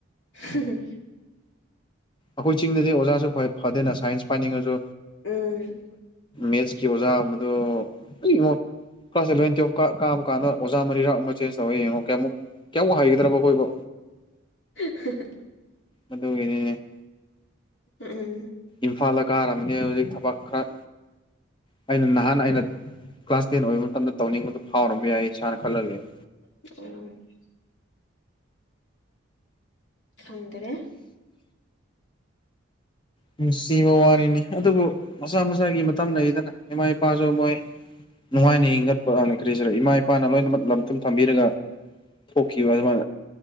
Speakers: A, on the left (about 60°); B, on the left (about 25°).
A: ꯍ <unintelligible>
B: ꯑꯩꯈꯣꯏ ꯆꯤꯡꯗꯗꯤ ꯑꯣꯖꯥꯁꯨ ꯈ꯭ꯋꯥꯏ ꯐꯗꯦꯅ ꯁꯥꯏꯟꯁ ꯄꯥꯏꯅꯤꯡꯉꯁꯨ
A: ꯎꯝ
B: ꯃꯦꯠꯁꯀꯤ ꯑꯣꯖꯥ ꯑꯃꯗꯨ ꯑꯩ ꯌꯣ ꯀ꯭ꯂꯥꯁ ꯑꯦꯂꯚꯦꯟ ꯇꯨꯌꯦꯞ ꯀꯥꯕꯀꯥꯟꯗ ꯑꯣꯖꯥ ꯃꯔꯤꯔꯥꯛ ꯑꯃ ꯆꯦꯟꯖ ꯇꯧꯔꯦ ꯌꯦꯡꯉꯣꯀꯦ ꯑꯃꯨꯛ ꯀꯌꯥꯝ ꯋꯥ ꯍꯥꯏꯒꯗ꯭ꯔꯕ ꯑꯩꯈꯣꯏꯕꯨ
A: <unintelligible>
B: ꯑꯗꯨꯒꯤꯅꯤꯅꯦ
A: ꯎꯝ ꯎꯝ
B: ꯏꯝꯐꯥꯜꯗ ꯀꯥꯔꯝꯃꯗꯤ ꯍꯧꯖꯤꯛ ꯊꯕꯛ ꯈꯔ ꯑꯩꯅ ꯅꯍꯥꯟ ꯑꯩꯅ ꯀ꯭ꯂꯥꯁ ꯇꯦꯟ ꯑꯣꯏꯕ ꯃꯇꯝꯗ ꯇꯧꯅꯤꯡꯕꯗꯣ ꯐꯥꯎꯔꯝꯕ ꯌꯥꯏ ꯏꯁꯥꯅ ꯈꯜꯍꯜꯂꯦ
A: ꯑꯣ ꯈꯪꯗ꯭ꯔꯦ
B: ꯅꯨꯡꯁꯤꯕ ꯋꯥꯔꯤꯅꯤ ꯑꯗꯨꯕꯨ ꯃꯁꯥ ꯃꯁꯥꯒꯤ ꯃꯇꯝ ꯂꯩꯗꯅ ꯏꯃꯥ ꯏꯄꯥꯁꯨ ꯃꯣꯏ ꯅꯨꯡꯉꯥꯏꯅ ꯍꯤꯡꯒꯠꯄ ꯂꯩ ꯀ꯭ꯔꯤ ꯍꯥꯢꯁꯤꯔ ꯏꯃꯥ ꯏꯄꯥꯅ ꯂꯣꯏꯅꯃꯛ ꯂꯝ ꯊꯨꯝ ꯊꯝꯕꯤꯔꯒ ꯍꯣꯛꯀꯤꯈꯤꯕꯕ ꯃꯥ